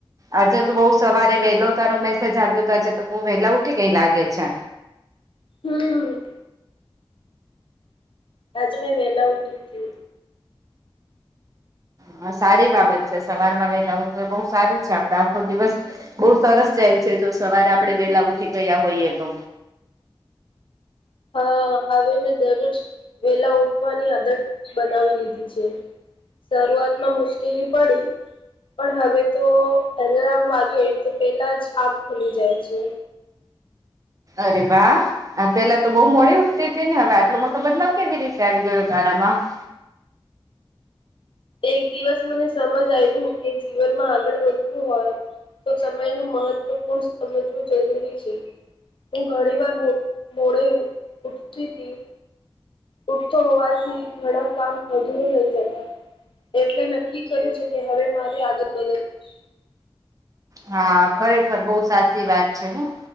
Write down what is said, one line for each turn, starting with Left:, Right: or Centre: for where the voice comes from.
Right: આજે તો બઉ સવારે વેલો તારો મેસેજ આવ્યો હતો આજે તો બઉુ વેલા ઉઠી કઈ લાગે છે.
Left: હમ. આજ મેં વેહેલા ઉઊઠી હતી.
Right: હા સારી બાબત છે સવાર માં વેલાવ તો બહ સારું છે આપડ આખો દિવસ. બઉુ સરસ જાય છે જો સવારે આપણે વેલા ઉઠી ગયા હોઈએ તો.
Left: હા હવે મેં દરરોજ વેલા ઉઠવાની આદત બનાવી લીધી છે. શરૂઆત માં મુશ્કેલી પડી. પણ હવે તો અલારમ વાગે તો પેલા જ આગ ખુલી જાય છે.
Right: અરે વા. આ પેલા તો બહુ મોડી સ્થિતિ ને હવે આટલો મોટો બદલાવ કેવી રીતે આવી જોયો તારામાં.
Left: એક દિવસ મને સમજ આવ્યું કે જીવનમાં આગળ વધવું હોય. તો સમય ન મહત્વપૂર્ણ સમજવું જરૂરી છે. હું ઘણી વાર મો મોડે ઉઊઠતી હતી. ઉઠતો હોવાથી ઘણા કામ અધૂર રહી જતા. એટલે નક્કી કરે છે કે હવે મારી આદત બદલવી.
Right: હા ખરેખર બહુ સાચી વાત છે હું